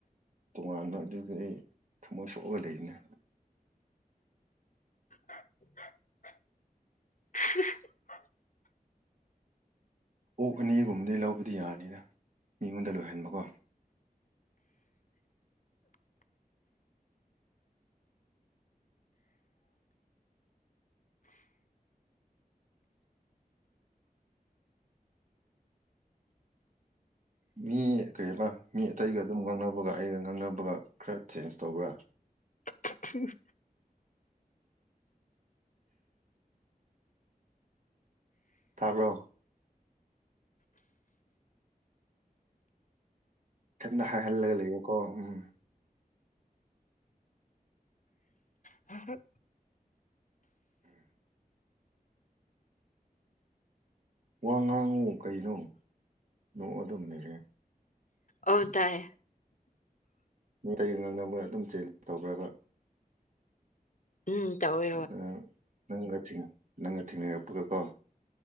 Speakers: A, on the right; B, on the left.
A: ꯇꯣꯉꯥꯟꯕ ꯑꯗꯨꯒꯤ ꯑꯩ ꯊꯃꯣꯏ ꯁꯣꯛꯑꯒ ꯂꯩꯕꯅꯦ
B: <unintelligible>
A: ꯑꯣꯛ ꯑꯅꯤꯒꯨꯝꯕꯗꯤ ꯂꯧꯕꯗꯤ ꯌꯥꯔꯅꯤꯗ ꯃꯤꯉꯣꯟꯗ ꯂꯣꯏꯍꯟꯕꯀꯣ ꯃꯤ ꯀꯩꯕ ꯃꯤ ꯑꯇꯩꯒ ꯑꯗꯨꯝ ꯉꯥꯡꯅꯕꯒ ꯑꯩꯒ ꯉꯥꯡꯅꯕꯒ ꯈꯔ ꯆꯦꯟꯖ ꯇꯧꯕ꯭ꯔꯥ
B: <unintelligible>
A: ꯇꯥꯕ꯭ꯔꯣ ꯢꯊꯟꯗ ꯍꯥꯏ ꯍꯜꯂꯒ ꯂꯩꯌꯦꯀꯣ ꯎꯝ
B: ꯍ
A: ꯋꯥ ꯉꯥꯡꯉꯣ ꯀꯩꯅꯣ ꯅꯣꯛꯔꯒ ꯑꯗꯨꯝ ꯂꯩꯔꯦ
B: ꯑꯣ ꯇꯥꯢ
A: ꯃꯤ ꯑꯇꯩ ꯉꯥꯅꯕꯒ ꯑꯗꯨꯝ ꯆꯦꯟꯖ ꯇꯧꯕꯔꯥꯕ
B: ꯎꯝ ꯇꯧꯑꯦ
A: ꯑꯥ ꯅꯪꯒ ꯊꯦꯡ ꯅꯪꯒ ꯊꯦꯡꯅꯔꯛꯄꯒꯀꯣ